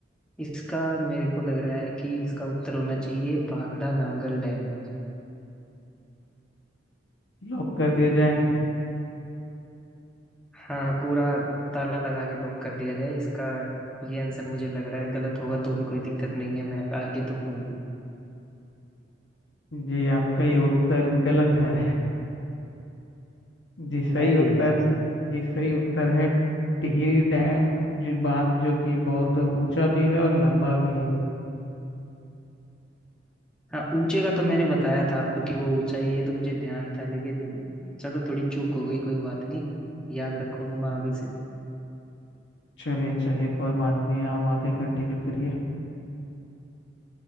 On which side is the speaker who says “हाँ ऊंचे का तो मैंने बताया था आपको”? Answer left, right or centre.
Centre